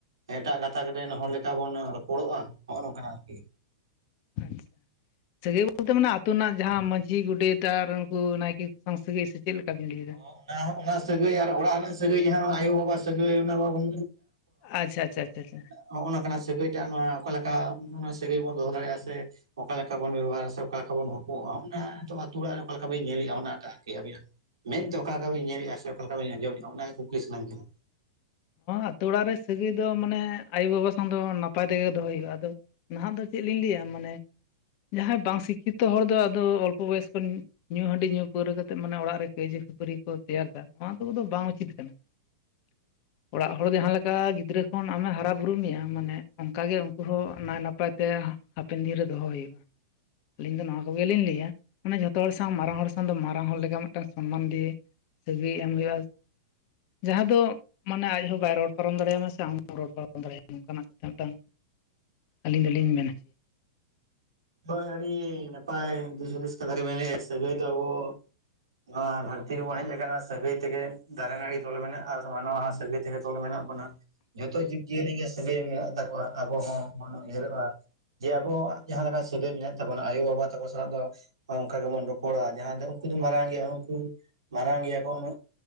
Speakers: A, on the right; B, on the left.
A: ᱮᱴᱟᱜ ᱜᱟᱛᱟᱠ ᱨᱮᱱ ᱦᱚᱲ ᱞᱮᱠᱟ ᱵᱚᱱ ᱨᱚᱯᱚᱲᱚᱜᱼᱟ ᱱᱚᱜᱼᱚ ᱱᱚᱝᱠᱟ ᱟᱨᱠᱤ᱾ <inaudible>
B: ᱟᱪᱪᱷᱟ ᱥᱟᱹᱜᱟᱹᱭ ᱵᱚᱞᱛᱮ ᱢᱟᱱᱮ ᱟ ᱟᱹᱛᱩ ᱨᱮᱱᱟᱜ ᱡᱟᱦᱟᱸ ᱢᱟᱺᱡᱷᱤ ᱜᱚᱰᱮᱛ ᱟᱨ ᱩᱱᱠᱩ ᱱᱟᱭᱠᱮ ᱠᱚ ᱥᱟᱶ ᱥᱟᱹᱜᱟᱹᱭ ᱥᱮ ᱪᱮᱫ ᱞᱮᱠᱟ ᱵᱤᱱ ᱞᱟᱹᱭ
A: ᱚᱱᱟ
B: ᱫᱟ?
A: ᱚᱱᱟ ᱥᱟᱹᱜᱟᱹᱭ ᱟᱨ ᱚᱲᱟᱜ ᱨᱮᱱᱟᱜ ᱥᱟᱹᱜᱟᱹᱭ ᱡᱟᱦᱟᱸ ᱟᱭᱳᱵᱟᱵᱟ ᱥᱟᱹᱜᱟᱹᱭ ᱚᱱᱟ ᱵᱟᱵᱚ <unintelligible>
B: ᱟᱪᱪᱷᱟ ᱟᱪᱪᱷᱟ ᱟᱪᱪᱷᱟ ᱟᱪᱪᱷᱟ
A: ᱦᱚᱸᱜᱼᱚ ᱱᱚᱝᱠᱟ ᱥᱟᱹᱜᱟᱹᱭ ᱴᱟᱜ ᱱᱚᱣᱟ ᱚᱠᱟ ᱞᱮᱠᱟ ᱥᱟᱹᱜᱟᱹᱭ ᱵᱚᱱ ᱫᱚᱦᱚ ᱫᱟᱲᱮᱭᱟᱜᱼᱟ ᱥᱮ ᱚᱠᱟ ᱞᱮᱠᱟ ᱵᱚᱱ ᱵᱮᱵᱚᱦᱟᱨᱟ ᱥᱮ ᱚᱠᱟ ᱞᱮᱠᱟ ᱵᱚᱱ ᱦᱚᱯᱚᱜᱼᱟ᱾ ᱚᱱᱟ ᱱᱤᱛᱚᱜ ᱟᱛᱩ ᱚᱲᱟᱜ ᱨᱮ ᱚᱠᱟ ᱞᱮᱠᱟ ᱵᱤᱱ ᱧᱮᱞᱮᱫᱼᱟ? ᱚᱱᱟ ᱮᱴᱟᱜ ᱟᱹᱵᱤᱱᱟᱜ ᱢᱮᱫᱛᱮ ᱚᱠᱟ ᱚᱠᱟ ᱞᱮᱠᱟ ᱵᱤᱱ ᱧᱮᱞᱮᱫᱼᱟ ᱥᱮ ᱚᱠᱟ ᱞᱮᱠᱟ ᱵᱤᱱ ᱟᱸᱡᱚᱢᱮᱫ-ᱟ ᱚᱱᱟ ᱜᱮ ᱠᱩᱠᱞᱤ ᱥᱟᱱᱟᱧ ᱠᱟᱱᱟ᱾
B: ᱟᱛᱳ ᱚᱲᱟᱜ ᱨᱮ ᱥᱟᱹᱜᱟᱹᱭ ᱫᱚ ᱢᱟᱱᱮ ᱟᱭᱳ ᱵᱟᱵᱟ ᱥᱟᱶ ᱫᱚ ᱱᱟᱯᱟᱭ ᱛᱮᱜᱮ ᱫᱚᱦᱚᱭ ᱦᱩᱭᱩᱜᱼᱟ ᱾ᱟᱫᱚ ᱱᱟᱦᱟᱜ ᱫᱚ ᱪᱮᱫ ᱞᱤᱧ ᱞᱟᱹᱭ-ᱟ ᱢᱟᱱᱮ <unintelligible> ᱡᱟᱦᱟᱸᱭ ᱵᱟᱝ ᱥᱤᱠᱠᱷᱤᱛᱚ ᱦᱚᱲ ᱫᱚ ᱟᱫᱚ ᱚᱞᱯᱚ ᱵᱚᱭᱚᱥ ᱠᱷᱚᱱ ᱧᱩ ᱦᱟᱺᱰᱤ ᱧᱩ ᱯᱟᱹᱣᱨᱟᱹ ᱠᱟᱛᱮᱫ ᱢᱟᱱᱮ ᱚᱲᱟᱜ ᱨᱮ ᱠᱟᱹᱭᱡᱟᱹ ᱠᱷᱟᱹᱯᱟᱹᱨᱤ ᱠᱚ ᱛᱮᱭᱟᱨ ᱮᱫᱟ ᱱᱚᱣᱟ ᱠᱚᱫᱚ ᱵᱟᱝ ᱩᱪᱤᱛ ᱠᱟᱱᱟ᱾ ᱚᱲᱟᱜ ᱦᱚᱲ ᱡᱟᱦᱟᱸ ᱞᱮᱠᱟ ᱜᱤᱫᱽᱨᱟᱹ ᱠᱷᱚᱱ ᱟᱢ ᱮ ᱦᱟᱨᱟ ᱵᱩᱨᱩ ᱢᱮᱭᱟ ᱢᱟᱱᱮ ᱚᱱᱠᱟᱜ ᱜᱮ ᱩᱱᱠᱩ ᱦᱚᱸ ᱱᱟᱭ ᱱᱟᱯᱟᱭ ᱛᱮ ᱛᱮ ᱦᱟᱯᱮᱱ ᱫᱤᱱ ᱨᱮ ᱫᱚᱦᱚ ᱦᱩᱭᱩᱜᱼᱟ᱾ <unintelligible> ᱟᱹᱞᱤᱧ ᱫᱚ ᱱᱚᱣᱟ ᱠᱚᱜᱮᱞᱤᱧ ᱞᱟᱹᱭ-ᱟ᱾ ᱢᱟᱱᱮ ᱡᱷᱚᱛᱚ ᱦᱚᱲ ᱥᱟᱶ ᱢᱟᱨᱟᱝ ᱦᱚᱲ ᱥᱟᱶ ᱫᱚ ᱢᱟᱨᱟᱝ ᱦᱚᱲ ᱞᱮᱠᱟ ᱢᱤᱫᱴᱟᱝ ᱥᱚᱱᱢᱟᱱ ᱫᱤᱭᱮ ᱥᱟᱹᱜᱟᱹᱭ ᱮᱢ ᱦᱩᱭᱩᱜᱼᱟ᱾ ᱡᱟᱦᱟᱸ ᱫᱚ ᱢᱟᱱᱮ ᱟᱡ ᱦᱚᱸ ᱵᱟᱭ ᱨᱚᱲ ᱯᱟᱨᱚᱢ ᱫᱟᱲᱮ ᱟᱢᱟ ᱥᱮ ᱟᱢ ᱦᱚᱸ ᱨᱚᱲ ᱯᱟᱨᱚᱢ ᱫᱟᱲᱮᱭᱟᱢ ᱢᱟ ᱱᱚᱱᱠᱟᱱᱟᱜ ᱢᱤᱫᱴᱟᱝ ᱟᱹᱞᱤᱧ ᱫᱚᱞᱤᱧ ᱢᱮᱱᱟ᱾
A: ᱦᱳᱭ ᱟᱹᱰᱤ ᱱᱟᱯᱟᱭ ᱫᱤᱥ ᱦᱩᱫᱤᱥ ᱠᱟᱛᱷᱟ ᱜᱮᱵᱤᱱ ᱞᱟᱹᱭ ᱮᱫᱟ ᱥᱟᱹᱜᱟᱹᱭ ᱫᱚ ᱟᱵᱚ ᱱᱚᱣᱟ ᱫᱷᱟᱹᱨᱛᱤ ᱨᱮᱵᱚᱱ ᱦᱮᱡ ᱟᱠᱟᱱᱟ ᱥᱟᱹᱜᱟᱹᱭ ᱛᱮᱜᱮ ᱫᱟᱨᱮ ᱱᱟᱹᱲᱤ ᱛᱚᱞ ᱢᱮᱱᱟᱜᱼᱟ ᱟᱨ ᱢᱟᱱᱣᱟ ᱥᱟᱹᱜᱟᱹᱭ ᱛᱮᱜᱮ ᱛᱚᱞ ᱢᱮᱱᱟᱜ ᱵᱚᱱᱟ᱾ ᱡᱷᱚᱛᱚ ᱡᱤᱵᱽ ᱡᱤᱭᱟᱹᱞᱤ ᱜᱮ ᱥᱟᱹᱜᱟᱹᱭ ᱢᱮᱱᱟᱜ ᱛᱟᱠᱚᱣᱟ ᱟᱵᱚ ᱦᱚᱸ ᱵᱚᱱ ᱩᱭᱦᱟᱹᱨᱚᱜᱼᱟ ᱡᱮ ᱟᱵᱚᱣᱟᱜ ᱡᱟᱦᱟᱸ ᱞᱮᱠᱟ ᱥᱟᱹᱜᱟᱹᱭ ᱢᱮᱱᱟᱜ ᱛᱟᱵᱚᱱᱟ ᱟᱭᱳᱼᱵᱟᱵᱟ ᱛᱟᱠᱚ ᱥᱟᱞᱟᱜ ᱫᱚ ᱚᱱᱠᱟ ᱜᱮᱵᱚᱱ ᱨᱚᱯᱚᱲᱟ ᱡᱟᱦᱟᱸ ᱫᱚ ᱩᱱᱠᱩ ᱫᱚ ᱢᱟᱨᱟᱝ ᱜᱮᱭᱟ ᱠᱚ ᱩᱱᱠᱩ ᱢᱟᱨᱟᱝ ᱜᱮᱭᱟ ᱠᱚ ᱩᱱᱟᱹᱜ